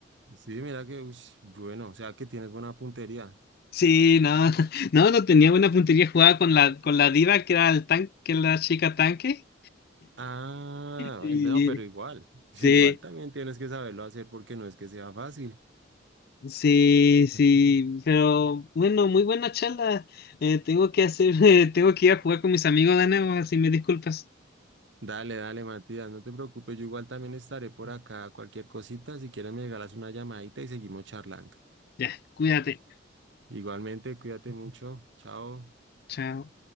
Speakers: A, on the right; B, on the left.
A: Sí, mira que, uy, bueno, o sea que tienes buena puntería.
B: Sí, no, <laughs> no, no tenía buena puntería jugada con la, con la diva que era el tanque, que era la chica tanque.
A: Ah,
B: Y,
A: no, pero igual, <laughs>
B: sí,
A: igual también tienes que saberlo hacer porque no es que sea fácil.
B: sí, sí,
A: <laughs>
B: pero bueno, muy buena charla. Eh, tengo que hacer, <laughs> tengo que ir a jugar con mis amigos de nuevo, así me disculpas.
A: Dale, dale, Matías, no te preocupes, yo igual también estaré por acá. Cualquier cosita, si quieres me regalas una llamadita y seguimos charlando.
B: Ya, cuídate.
A: Igualmente, cuídate mucho. Chao.
B: Chao.